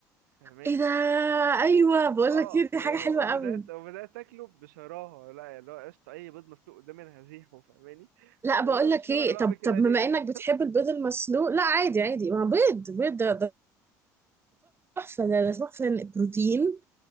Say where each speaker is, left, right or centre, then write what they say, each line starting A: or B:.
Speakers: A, on the right (about 75°); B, on the right (about 25°).
A: فاهماني
B: ايه ده ايوه
A: و...
B: بقول
A: اه
B: لك ايه دي
A: و-
B: حاجه حلوه قوي
A: وبدات وبدات اكله بشراهه لا يعني اللي هو قشطه اي بيض مسلوق قدامي انا هزيحه فاهماني
B: لا
A: وانا
B: بقول
A: مش
B: لك
A: فاهم
B: ايه
A: انا بعمل
B: طب
A: كده
B: طب بما
A: ليه
B: انك بتحب البيض المسلوق لا عادي عادي ما بيض بيض ده ده تحفه ده ده تحفه بروتين